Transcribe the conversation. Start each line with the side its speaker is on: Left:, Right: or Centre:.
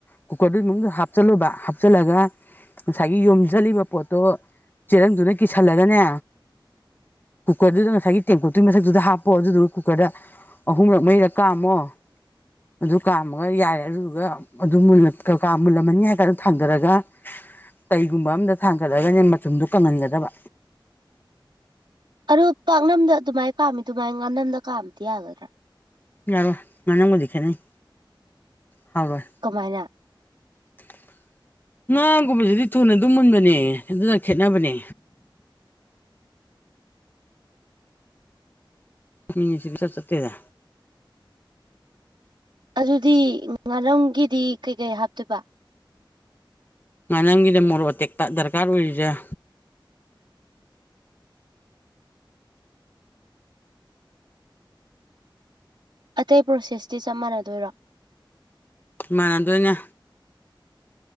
Left: ꯀꯨꯀꯔꯗꯨꯒꯤ ꯃꯅꯨꯡꯗ ꯍꯥꯞꯆꯜꯂꯨꯕ ꯍꯥꯞꯆꯤꯜꯂꯒ ꯉꯁꯥꯏꯒꯤ ꯌꯣꯝꯁꯤꯂꯤꯕ ꯄꯣꯠꯇꯣ ꯆꯦꯔꯪꯗꯨꯅ ꯀꯤꯁꯜꯂꯒꯅꯦ ꯀꯨꯀꯔꯗꯨꯗꯤ ꯅꯪ ꯊꯒꯦ ꯇꯦꯡꯀꯨꯠꯇꯨꯒꯤ ꯃꯊꯛꯇꯨꯗ ꯍꯥꯞꯄꯣ ꯑꯗꯨꯗꯨꯒ ꯀꯨꯀꯔꯗ ꯑꯍꯨꯝꯂꯛ ꯃꯩꯔꯛ ꯀꯥꯝꯃꯣ ꯑꯗꯨ ꯀꯥꯝꯃꯒ ꯌꯥꯔꯦ ꯑꯗꯨꯗꯨꯒ ꯑꯗꯨ ꯀꯀꯥ ꯃꯨꯜꯂꯝꯃꯅꯤ ꯍꯥꯏ ꯀꯥꯟꯗ ꯊꯥꯡꯊꯔꯒ꯫ ꯀꯩꯒꯨꯝꯕ ꯑꯝꯗ ꯊꯥꯡꯒꯠꯂꯒꯅꯦ ꯃꯆꯨꯝꯗꯣ ꯀꯪꯍꯟꯒꯗꯕ꯫
Right: ꯑꯗꯨ ꯄꯥꯛꯅꯝꯗ ꯑꯗꯨꯃꯥꯏꯅ ꯀꯥꯝꯃꯤ ꯑꯗꯨꯃꯥꯏꯅ ꯉꯥꯝꯅꯝꯗ ꯀꯥꯝꯕꯗꯤ ꯌꯥꯒꯗ꯭ꯔꯥ
Left: ꯌꯥꯔꯣꯏ ꯉꯥꯅꯪꯕꯨꯗꯤ ꯈꯦꯠꯅꯩ ꯍꯥꯎꯔꯣꯏ
Right: ꯀꯃꯥꯏꯅ
Left: <inaudible> ꯉꯥꯒꯨꯝꯕꯁꯤꯗꯤ ꯊꯨꯅ ꯑꯗꯨꯝ ꯃꯨꯟꯕꯅꯦ ꯑꯗꯨꯅ ꯈꯦꯠꯅꯕꯅꯦ꯫ ꯃꯤꯉꯁꯤ ꯀ ꯆꯠ ꯆꯠꯇꯦꯗ꯫
Right: ꯑꯗꯨꯗꯤ ꯉꯥꯔꯝꯒꯤꯗꯤ ꯀꯩꯀꯩ ꯍꯥꯞꯇꯣꯏꯕ
Left: ꯉꯥꯅꯪꯒꯤꯗ ꯃꯣꯔꯣꯛ ꯑꯇꯦꯛꯄ ꯗꯔꯀꯥꯔ ꯑꯣꯏꯔꯤꯁꯦꯥ
Right: ꯑꯇꯩ ꯄ꯭ꯔꯣꯁꯦꯁꯇꯤ ꯆꯞ ꯃꯥꯟꯅꯗꯣꯏꯔꯣ
Left: ꯏꯃꯥꯟꯅꯗꯣꯏꯅꯦ